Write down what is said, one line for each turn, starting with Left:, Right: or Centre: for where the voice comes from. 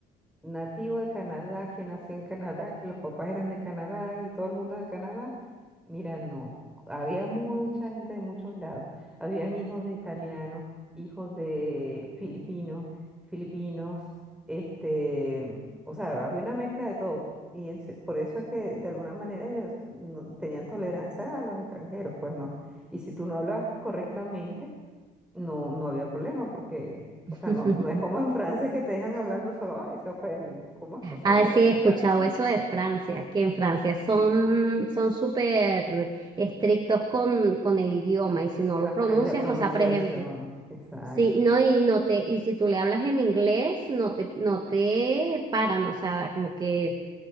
Centre: nativo de Canadá, que nació en Canadá, que los papás eran de Canadá y todo el mundo de Canadá. Mira, no, había mucha gente de muchos lados. Habían hijos de italianos, hijos de filipinos, filipinos, este, o sea, había una mezcla de todo. Y en se- por eso es que de alguna manera ellos no- tenían tolerancia a los extranjeros, pues no. Y si tú no hablabas correctamente, no, no había problema porque,
Right: <laughs>
Centre: o sea, no, no es como en Francia que te dejan hablando solo, ay, se ofenden. ¿Cómo es posible
Right: Ah, sí,
Centre: que tú
Right: he escuchado
Centre: le hables así?
Right: eso
Centre: <laughs>
Right: de Francia, que en Francia
Centre: Sí.
Right: son son súper estrictos con, con el idioma y si no lo
Centre: Ajá,
Right: pronuncias,
Centre: y la pronunciación,
Right: o sea, por ejemplo.
Centre: exacto.
Right: Sí, no, y no te, y si tú le hablas en inglés, no te, no te paran, o sea, como que